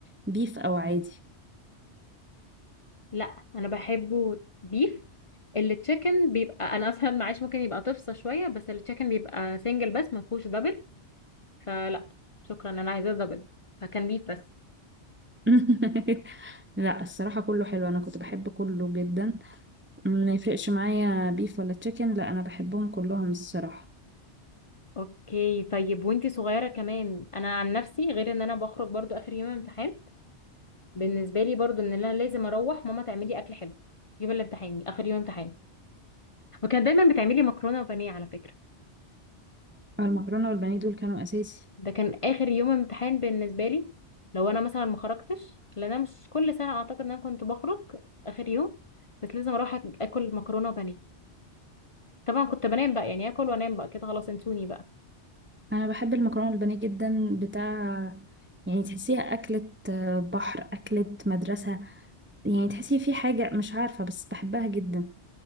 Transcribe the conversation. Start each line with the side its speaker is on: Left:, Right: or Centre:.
Right: بيف او عادي
Left: لا انا بحبه بيف التشيكن بيبقى انا اصلا معيش ممكن يبقى تفصى شويه بس التشيكن بيبقى سنجل بس ما فيهوش دبل فلا شكرا انا عايزاه دبل فكان بيف بس
Right: <laughs> لا الصراحة كله حلو انا كنت بحب كله جدا ما يفرقش معايا بيف ولا تشيكن لا انا بحبهم كلهم الصراحة
Left: اوكي طيب وانتي صغيرة كمان انا عن نفسي غير ان انا بخرج برضو اخر يوم امتحان بالنسبة لي برضو ان انا لازم اروح ماما تعملي اكل حلو يوم الامتحان اخر يوم امتحان وكان دايما بتعملي مكرونة وبانيه على فكرة
Right: المكرونة والبانيه دول كانوا اساسي
Left: ده كان اخر يوم امتحان بالنسبة لي لو انا مثلا ما خرجتش لان انا مش كل سنة اعتقد ان انا كنت بخرج اخر يوم بس لازم اروح أك- اكل مكرونة وبانيه طبعا كنت بنام بقى يعني اكل وانام بقى كده خلاص انسوني بقى
Right: انا بحب المكرونة والبانيه جدا بتاع يعني تحسيها أكلة بحر أكلة مدرسة يعني تحسي في حاجة مش عارفة بس بحبها جدا